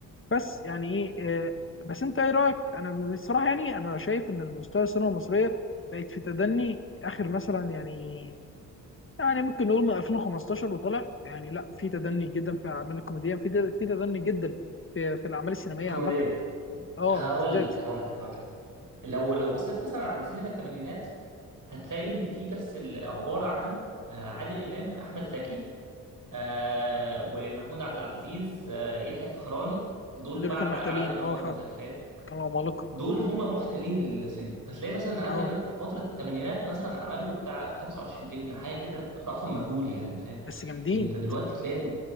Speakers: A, on the left; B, on the right.
A: بس يعني ايه آه، بس انت ايه رايك انا بصراحه يعني انا شايف ان المستوى السينما المصريه بقت في تدني اخر مثلا يعني يعني ممكن نقول من 2015 وطلع يعني لا في تدني جدا في الاعمال الكوميديه في تد- في تدني جدا في في الاعمال السينمائيه
B: كوميديه
A: عامه اه
B: هقول
A: بالذات
B: لك هقول لك هقول لك لو لو بصيت مثلا على سينما الثمانينات هتلاقي ان في بس ال- عباره عن آه، عادل امام احمد زكي آه، ومحمود عبد العزيز آه، يحيى الفخراني دول
A: دول
B: بعد
A: اللي كانوا محتلين
B: عادل امام
A: اه
B: واحمد
A: فعلا
B: زكي فاهم
A: كانوا عمالقه
B: دول هم محتلين السينما فتلاقي مثلا عادل
A: اه
B: امام في فتره الثمانينات مثلا عمل له بتاع 25 فيلم حاجه كده رقم مهول يعني فاهم
A: بس جامدين
B: انت دلوقتي تلاقي الم-